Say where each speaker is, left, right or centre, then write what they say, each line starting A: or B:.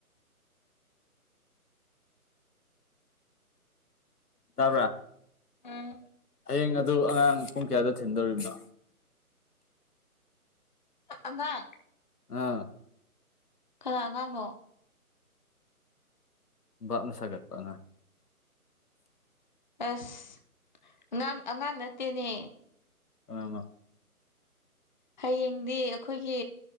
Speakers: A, on the left; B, on the left.
A: ꯇꯕ꯭ꯔꯥ
B: ꯎꯝ
A: ꯍꯌꯦꯡ ꯑꯗꯨ ꯑꯉꯥꯡ ꯄꯨꯡ ꯀꯌꯥꯗ ꯊꯤꯟꯗꯧꯔꯤꯕꯅꯣ?
B: ꯑꯉꯥꯡ
A: ꯑꯥ꯫
B: ꯀꯅꯥ ꯑꯉꯥꯡꯅꯣ?
A: ꯚꯥꯕꯅ ꯁꯥꯒꯠꯄꯥ ꯑꯉꯥꯡ
B: ꯑꯁ ꯑꯉꯥꯡ- ꯑꯉꯥꯡ ꯅꯠꯇꯦꯅꯦ
A: ꯀꯅꯥꯅꯣ
B: ꯍꯌꯦꯡꯗꯤ ꯑꯩꯈꯣꯏꯒꯤ